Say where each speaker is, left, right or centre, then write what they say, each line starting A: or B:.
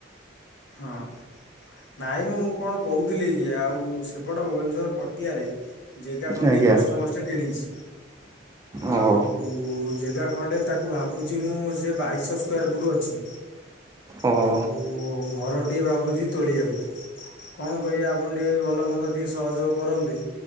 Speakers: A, on the left; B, on the right.
A: ହଁ ନାଇଁ ମ୍ ମୁଁ କଣ କହୁଥିଲି ଆଉ ସେପଟ ଭୁବନେଶ୍ଵର୍ ପଟିଆରେ ଜେଗା ଖଣ୍ଡିଏ
B: ଆଜ୍ଞା
A: କଷ୍ଟମଷ୍ଟେ କିଣିଛି
B: ଓହୋ
A: ଆଉ ଜେଗା ଖଣ୍ଡେ ତାକୁ ଭାବୁଛି ମୁଁ ସେ ବାଇଶ୍ ସ୍କୋୟାର୍ ଫୁଟ୍ ଅଛି।
B: ଓହୋ
A: ଆଉ ଘର ଟି ଭାବୁଛି ତୋଳିବା ଆକୁ। କଣ କରିବା ଆପଣ ଟିକେ ବି ଭଲ ମନ୍ଦ ଟିକେ ସହଯୋଗ କରନ୍ତେ।